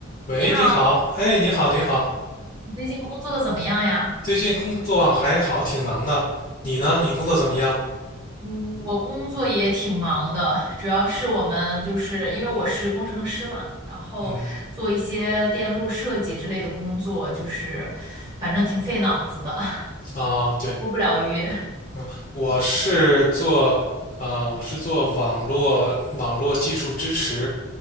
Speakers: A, on the left; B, on the right.
A: 喂，
B: 你好，
A: 你好，哎，你好，你好，
B: 你最近工作怎么样呀？
A: 最近工作还好，挺忙的。你呢？你工作怎么样？
B: 嗯，我工作也挺忙的，主要是我们就是因为我是工程师嘛，然后做一些电路设计之类的工作，
A: 嗯，
B: 就是反正挺费脑子的，<laughs>
A: 哦，对，
B: 摸不了鱼。
A: 嗯，我是做，啊、我是做网络网络技术支持，